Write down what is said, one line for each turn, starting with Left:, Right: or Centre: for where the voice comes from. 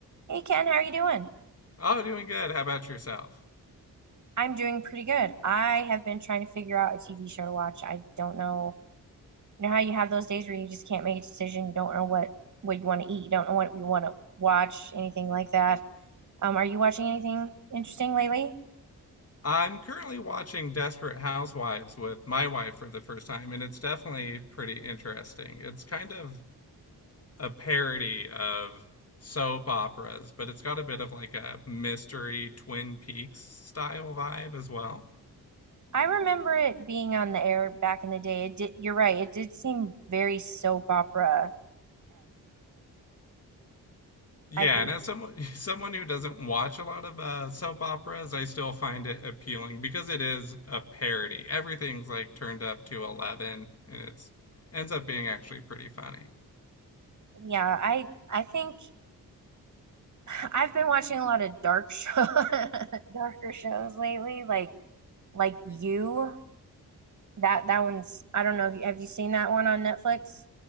Right: Hey Ken, how are you doing?
Left: Oh, doing good. How about yourself?
Right: I'm doing pretty good. I have been trying to figure out a TV show to watch. I don't know. You know how you have those days where you just can't make a decision, you don't know what what you want to eat, you don't know what you want to watch, anything like that. Um, are you watching anything interesting lately?
Left: I'm currently watching Desperate Housewives with my wife for the first time, and it's definitely pretty interesting. It's kind of a parody of soap operas, but it's got a bit of like a mystery Twin Peaks style vibe as well.
Right: I remember it being on the air back in the day. It did, you're right, it did seem very soap opera-esque.
Left: Yeah,
Right: I
Left: and as someone <laughs> someone who doesn't watch a lot of uh, soap operas, I still find it appealing because it is a parody. Everything's like turned up to 11, and it's ends up being actually pretty funny.
Right: yeah, I I think <sighs> I've been watching a lot of dark show <laughs> darker shows lately, like like you. that that one's I don't know if you have you seen that one on Netflix?